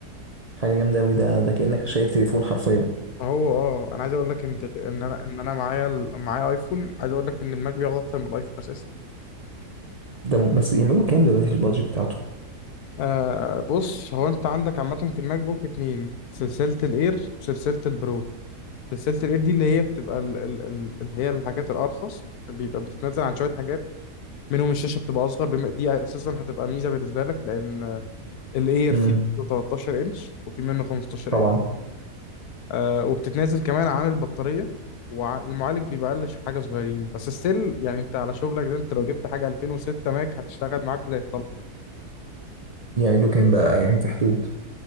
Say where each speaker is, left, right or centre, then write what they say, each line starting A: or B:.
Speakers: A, on the right (about 35°); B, on the left (about 75°).
A: حاجه جامده قوي ده ده كانك شايل تليفون حرفيا
B: ما هو اه انا عايز اقول لك ان تل- ان انا ان انا معايا ال- معايا ايفون عايز اقول لك ان الماك بياخد اكتر من الايفون اساسا
A: ده م... بس يعملوا كام دلوقتي في البادجت بتاعته
B: آه بص هو انت عندك عامة في الماك بوك اتنين سلسلة الاير وسلسلة البرو سلسلة الإير دي اللي هي بتبقى ال ال ال اللي هي الحاجات الأرخص بيبقى بتتنزل عن شوية حاجات منهم الشاشة بتبقى أصغر بما دي أساسا هتبقى ميزة بالنسبة لك لأن الإير
A: امم
B: فيه 13 إنش وفي منه 15
A: طبعا
B: إنش آه وبتتنازل كمان عن البطارية والمعالج بيبقى أقل ش- حاجة صغيرين بس ستيل يعني أنت على شغلك ده أنت لو جبت حاجة 2006 ماك هتشتغل معاك زي الطلق
A: يعملوا كام بقى يعني في حدود